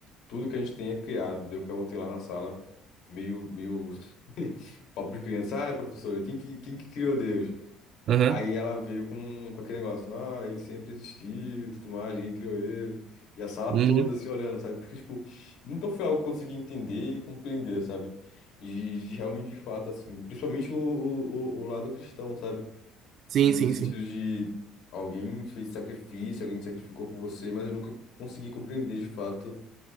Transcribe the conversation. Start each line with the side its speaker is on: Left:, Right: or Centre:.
Left: tudo que a gente tenha criado. Eu perguntei lá na sala, meio, meio <laughs> papo de criança, ah, professora, quem que, quem que criou Deus?
Right: Aham.
Left: Aí ela veio com, com aquele negócio, ah, ele sempre existiu e tudo mais, ninguém criou ele. E a sala
Right: Uhum.
Left: toda se olhando, sabe? Porque, tipo, nunca foi algo que eu consegui entender e compreender, sabe? E, e realmente, de fato, assim, principalmente o, o, o o lado cristão, sabe?
Right: Sim,
Left: No
Right: sim,
Left: sentido
Right: sim.
Left: de alguém fez sacrifício, alguém se sacrificou por você, mas eu nunca consegui compreender de fato